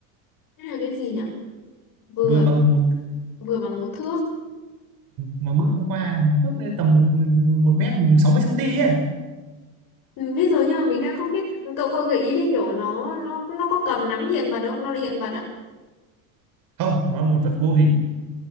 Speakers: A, on the left (about 50°); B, on the right (about 50°).
A: cái là cái gì nhỉ vừa
B: vừa bằng một
A: vừa bằng một thước
B: mà bước không qua một bước lên tầm một một mét sáu mươi cm ấy
A: Mình biết rồi nhưng mà mình đang không biết cậu cậu gợi ý đi kiểu nó nó nó có cầm nắm hiện vật không nó là hiện vật à
B: không nó là một vật vô hình